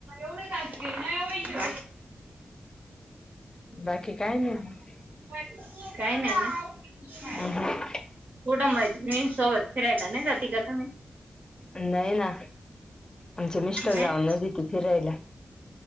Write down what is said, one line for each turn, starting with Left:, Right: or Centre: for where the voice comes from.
Right: एवढं काज नाही एव
Left: बाकी काय नाही
Right: काही नाही
Left: अहं
Right: ना मैत्रिणी सोबत फिरायला नाही जात का तुम्ही
Left: नाही ना आमचे मिस्टर
Right: नाही
Left: जाऊन न ते फिरायला